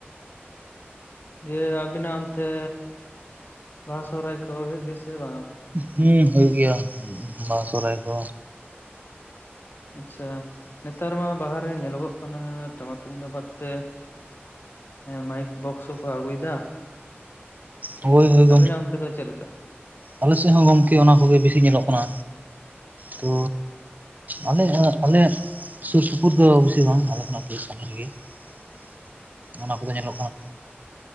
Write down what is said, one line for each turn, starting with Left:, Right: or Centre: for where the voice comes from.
Left: ᱡᱮ ᱟᱵᱮᱱᱟᱜ ᱚᱱᱛᱮ ᱵᱟᱦᱟ ᱥᱚᱦᱨᱟᱭ ᱠᱚ ᱦᱩᱭᱩᱜ ᱜᱮᱭᱟ ᱥᱮ ᱵᱟᱝ?
Right: ᱦᱮᱸ ᱦᱩᱭᱩᱜ ᱜᱮᱭᱟ ᱵᱟᱦᱟ ᱥᱚᱦᱚᱨᱟᱭ ᱠᱚ᱾
Left: ᱟᱪᱷᱟ ᱱᱮᱛᱟᱨ ᱢᱟ ᱵᱟᱦᱟ ᱨᱮ ᱧᱮᱞᱚᱜᱚᱜ ᱠᱟᱱᱟ ᱴᱟᱢᱟᱠ ᱴᱩᱢᱫᱟᱜ ᱵᱟᱫ ᱛᱮ᱾ ᱢᱟᱭᱤᱠ ᱵᱚᱠᱥᱚ ᱠᱚ ᱟᱹᱜᱩᱭᱮᱫᱟ,
Right: ᱦᱳᱭ ᱦᱳᱭ ᱜᱚᱢᱠᱮ
Left: ᱟᱵᱤᱱᱟᱜ ᱚᱱᱛᱮ ᱫᱚ ᱪᱮᱫ ᱞᱮᱠᱟ?
Right: ᱟᱞᱮ ᱥᱮᱫ ᱦᱚᱸ ᱜᱚᱝᱠᱮ ᱚᱱᱟ ᱠᱚᱜᱮ ᱵᱮᱥᱤ ᱧᱮᱞᱚᱜ ᱠᱟᱱᱟ᱾ ᱛᱚ ᱟᱞᱮ ᱟᱞᱮ ᱥᱩᱨ ᱥᱩᱯᱩᱨ ᱫᱚ ᱵᱮᱥᱤ ᱵᱟᱝ ᱟᱞᱮ <unintelligible> ᱚᱱᱟ ᱠᱚᱫᱚ ᱧᱮᱞᱚᱜ ᱠᱟᱱᱟ